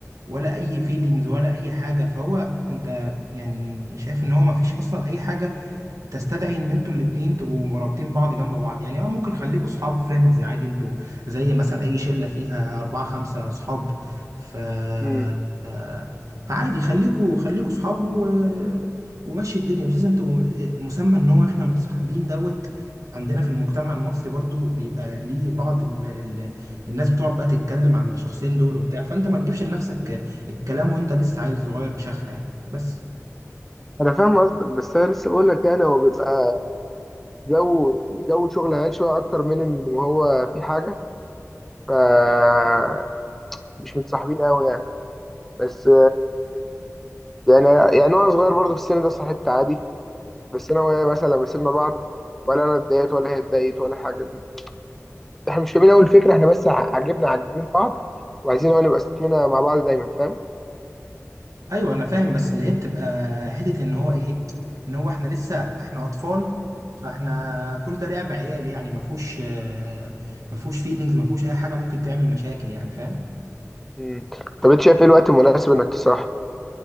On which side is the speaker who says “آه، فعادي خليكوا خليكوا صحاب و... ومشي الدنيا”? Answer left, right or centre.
Right